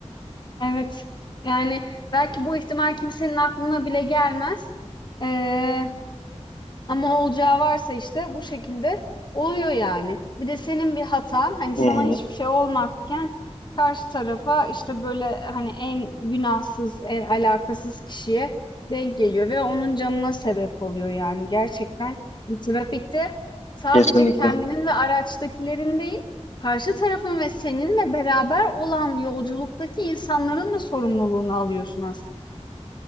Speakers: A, on the left; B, on the left.
A: Evet. Yani belki bu ihtimal kimsenin aklına bile gelmez. Ee, Ama olacağı varsa işte bu şekilde oluyor yani. Bir de senin bir hatan hani sana
B: Hı hı,
A: hiçbir şey olmazken karşı tarafa işte böyle hani en günahsız, en alakasız kişiye denk geliyor ve onun canına sebep oluyor yani. Gerçekten trafikte sadece
B: kesinlikle
A: kendinin ve araçtakilerin değil, karşı tarafın ve seninle beraber olan yolculuktaki insanların da sorumluluğunu alıyorsun aslında.